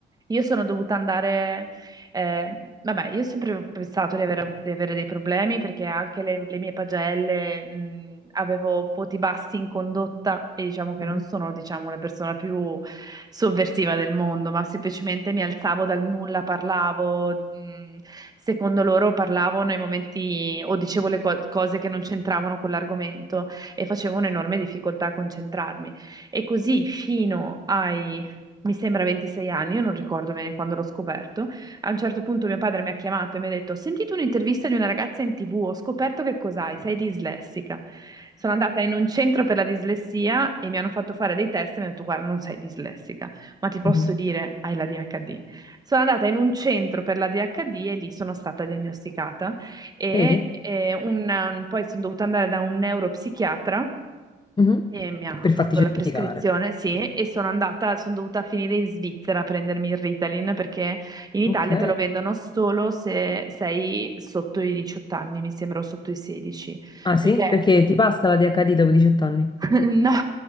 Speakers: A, on the right; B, on the left.
A: Io sono dovuta andare, eh, vabbè, io ho sempre pensato di avere, avuto- di avere dei problemi perché anche le, le mie pagelle, mh, avevo voti bassi in condotta e diciamo che
B: Mhm,
A: non sono, diciamo, la persona più sovversiva del mondo, ma semplicemente mi alzavo dal nulla, parlavo, mh, secondo loro parlavo nei momenti o dicevo le co- cose che non c'entravano con l'argomento e facevo un'enorme difficoltà a concentrarmi. E così fino ai mi sembra 26 anni, io non ricordo bene quando l'ho scoperto. A un certo punto mio padre mi ha chiamato e mi ha detto: Ho sentito un'intervista di una ragazza in TV, ho scoperto che cos'hai, sei dislessica. Sono andata in un centro per la dislessia e mi hanno fatto fare dei test e mi hanno detto: Guarda, non sei dislessica, ma ti posso
B: mhm.
A: dire, hai la DHD. Sono andata in un centro per la DHD e lì sono stata diagnosticata e,
B: Vedi?
A: eh, un- poi sono dovuta andare da un neuropsichiatra
B: mhm,
A: e mi ha
B: Per
A: fatto
B: farti certificare.
A: la prescrizione, sì, e sono andata, sono dovuta finire in Svizzera a prendermi il Ritalin perché in Italia
B: mhm. Ok.
A: te lo vendono solo se sei sotto i 18 anni, mi sembra, o sotto i 16,
B: Ah
A: perché
B: sì? Perché ti passa la DHD dopo 18 anni?
A: <laughs> no,